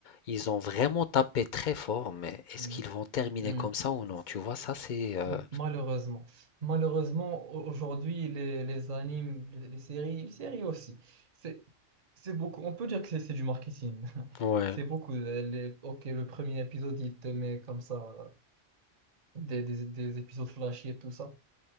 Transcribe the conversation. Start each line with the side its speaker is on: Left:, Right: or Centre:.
Left: ils ont vraiment tapé très fort, mais est-ce
Right: Mhm.
Left: qu'ils vont terminer
Right: Mhm.
Left: comme ça ou non? Tu vois? Ça c'est, heu,
Right: M- Malheureusement. Malheureusement, au- aujourd'hui, les, les animes, les, les séries, les séries aussi, c'est, c'est beaucoup. On peut dire que c'est c'est du marketing. <laughs>
Left: ouais.
Right: C'est beaucoup. euh, Les, ok, le premier épisode, il te met comme ça, euh, des, des, des épisodes flashy et tout ça.